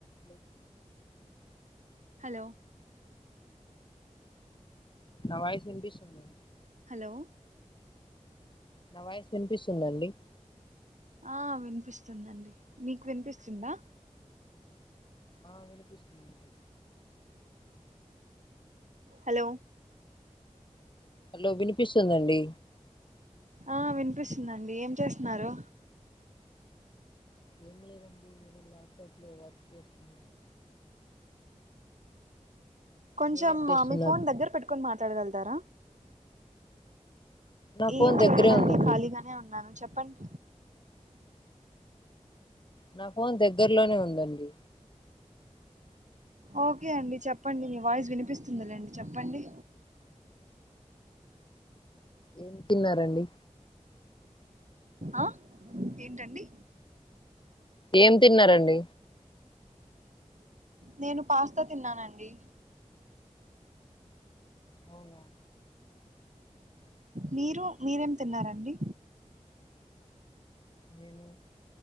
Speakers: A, on the left (about 40°); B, on the right (about 75°).
A: మ <inaudible>
B: హలో
A: నా వాయిస్ ఇనిపిస్తుందా
B: హలో
A: నా వాయిస్ వినిపిస్ స్తుందండి
B: ఆ వినిపిస్తుందండి మీకు వినిపిస్తుందా
A: ఆ అనిపిస్తుందండి
B: హలో
A: హలో వినిపిస్తుందండి
B: ఆ వినిపిస్తుందండి ఏం చేస్తున్నారు
A: ఏముంలెదండి ఏ ల్యాప్టాప్ లో వర్క్ చేసుకో
B: కొంచం
A: మీరేం
B: మా
A: చేస్తున్నారు
B: మీ ఫోన్ దగ్గర పెట్టుకొని మాట్లాడగలుగుతారా
A: నా
B: ఏం
A: ఫోన్
B: చెయలేదండి
A: దగ్గరే ఉందండి
B: ఖాళీగానే ఉన్నాను చెప్ప ప్పం
A: నా ఫోన్ దగ్గరలోనే ఉందండి
B: ఓకే అండి చెప్పండి మీ వాయిస్ వినిపిస్తుందిలేండి చెప్పండి
A: ఏం తిన్నారండి
B: ఆ ఏంటండి
A: ఏం తిన్నారండి
B: నేను పాస్తా తిన్నానండి
A: అవునా
B: మీరు మీరేం తిన్నారండి
A: నేను